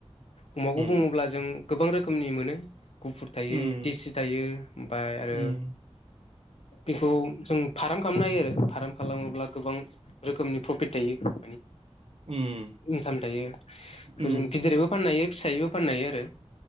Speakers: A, on the left (about 70°); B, on the right (about 65°).
A: अमाखौ
B: उम
A: बुङोब्ला जों गोबां रोखोमनि मोनो गुफुर थायो
B: उम
A: देसि थायो ओमफ्राय आरो
B: उम
A: बेखौ जों फाराम खालामनो हायो आरो फार्म खालामोब्ला गोबां रोखोमनि प्रफिट थायो
B: उम
A: इंकाम थायो। बेखौ
B: उम
A: जों गिदिरैबो फाननो हायो फिसायैबो फाननो हायो आरो।